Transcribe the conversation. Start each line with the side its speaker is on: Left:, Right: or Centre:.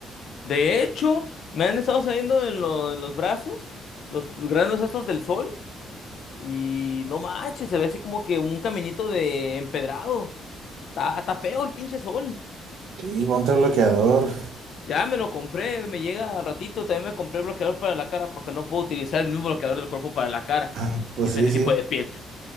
Left: De hecho, me han estado saliendo en, lo- en los brazos, los granos estos del sol, y no manches, se ve así como que un caminito de empedrado. Está, está feo el pinche sol.
Right: Sí, ponte bloqueador.
Left: Ya me lo compré, me llega al ratito. También me compré bloqueador para la cara porque no puedo utilizar el mismo bloqueador del cuerpo para la cara.
Right: Ah, pues
Left: Diferente
Right: sí, sí.
Left: tipo de piel.